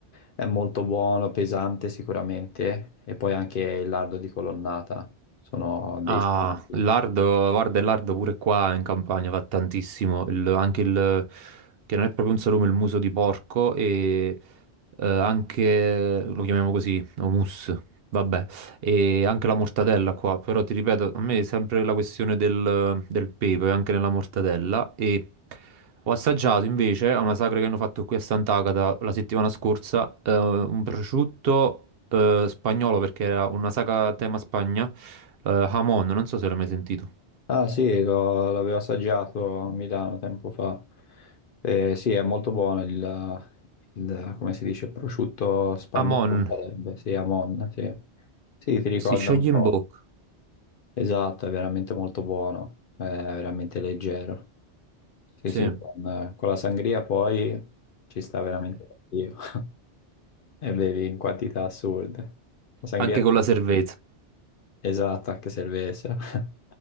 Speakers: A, on the left; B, on the right.
A: è molto buono, pesante sicuramente, e poi anche il lardo di colonnata, sono dei
B: Ah,
A: sani tipi.
B: il lardo, guarda, il lardo pure qua in campagna fa tantissimo, il- anche il, che non è proprio un salume, il muso di porco e eh, anche, lo chiamiamo così, hummus, vabbè, e anche la mortadella qua, però ti ripeto, a me è sempre la questione del, del pepe, anche nella mortadella, e ho assaggiato invece a una sagra che hanno fatto qui a Sant'Agata la settimana scorsa, eh, un prosciutto eh, spagnolo, perché era una sagra a tema Spagna, eh, Hamon, non so se l'hai mai sentito.
A: Ah sì, lo- l'avevo assaggiato a Milano tempo fa. Eh, sì, è molto buono il, il- come si dice, prosciutto spagnolo
B: Hamon,
A: sarebbe, sì, Amon, sì. Sì, ti ricorda
B: si scioglie
A: un po'.
B: in bocca,
A: Esatto, è veramente molto buono, è veramente leggero. Sì,
B: sì.
A: sì, con, con la sangria poi ci sta veramente l'addio. <laughs> E bevi in quantità assurde. La sangria
B: Anche con la cerveza. <laughs>
A: esatta che servesse. <laughs>